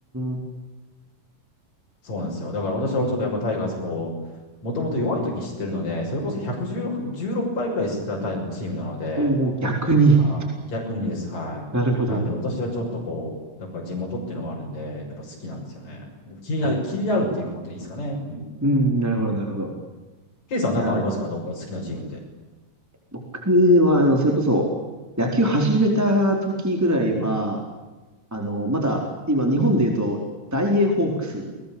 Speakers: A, in the centre; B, on the left.
A: ん。お
B: そうなんですよ。だから私はちょっとやっぱタイガースこう、もともと弱い時知ってるので、それこそ116、16敗ぐらいしてたタイプチームなので、
A: お逆に。
B: あ逆にです。
A: <laughs>
B: はい。
A: なるほど。
B: なんで私はちょっとこう、やっぱ地元っていうのもあるんで、やっぱ好きなんですよね。気になる、
A: はい。
B: 気になるっていうことでいいですかね。うん。
A: うん、なるほど、なるほど。
B: ケイさんなんかありますかどっか好きなチームって。
A: いや僕は、あの、それこそ、野球始めた時ぐらいは、あの、まだ、今、日本で言うと、大英ホークス